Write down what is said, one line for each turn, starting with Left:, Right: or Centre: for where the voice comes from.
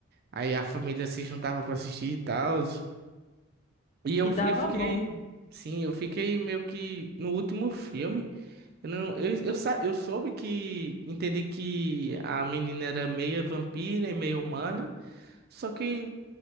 Right: Aí a família se juntava pra assistir e tal. E eu,
Left: E dava
Right: eu fiquei...
Left: bom.
Right: Sim, eu fiquei meio que no último filme. Eu, não, eu, eu, sa- eu soube que... Entendi que a menina era meia vampira e meio humana. Só que